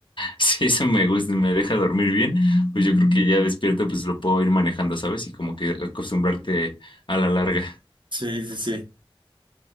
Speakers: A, on the left; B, on the right.
A: si eso me gusta, me deja dormir bien, pues yo creo que ya despierto, pues lo puedo ir manejando, ¿sabes? Y como que acostumbrarte a la larga.
B: sí, sí, sí.